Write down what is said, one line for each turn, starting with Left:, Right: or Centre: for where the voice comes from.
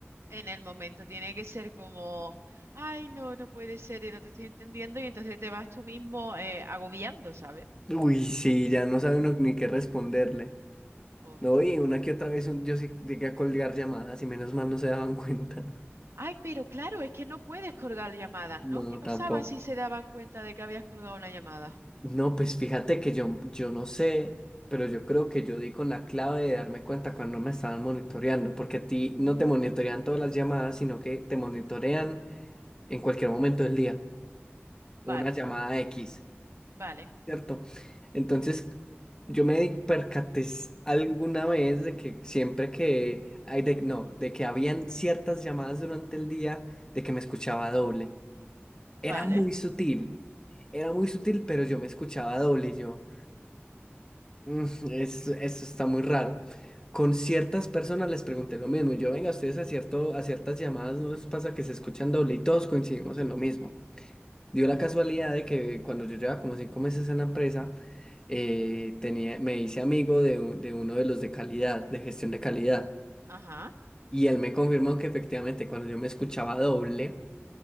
Right: En el momento tiene que ser como, ay, no, no puede ser, eh, no te estoy entendiendo, y entonces te vas tú mismo eh, agobiando, ¿sabes?
Left: Uy, sí, ya no sabe uno ni qué responderle.
Right: Uf.
Left: No, y una que otra vez un- yo sí llegué a colgar llamadas y menos mal no se daban cuenta.
Right: Ay, pero claro, es que no puedes colgar llamadas,
Left: No,
Right: ¿no? ¿Qué pasaba
Left: tampoco.
Right: si se daban cuenta de que habías colgado una llamada?
Left: No, pues fíjate que yo, yo no sé, pero yo creo que yo di con la clave de darme cuenta cuando me estaban monitoreando, porque a ti no
Right: Oh,
Left: te monitorean todas las llamadas, sino que te monitorean en cualquier momento del día.
Right: vale,
Left: Una llamada X.
Right: vale,
Left: ¿cierto? Entonces, yo me di- percaté s- alguna vez de que siempre que, ay, de- no, de que habían ciertas llamadas durante el día de que me escuchaba doble.
Right: vale.
Left: Era muy sutil, era muy sutil, pero yo me escuchaba doble y yo, "Mm, es- eso, está muy raro. Con ciertas personas les pregunté lo mismo y yo, venga, ustedes a, cierto, a ciertas llamadas no les pasa que se escuchan doble y todos coincidimos en lo mismo. Dio la casualidad de que cuando yo llevaba como cinco meses en la empresa, eh, tenía, me hice amigo de, u- de uno de los de calidad, de gestión de calidad.
Right: Ajá.
Left: Y él me confirmó que efectivamente cuando yo me escuchaba doble,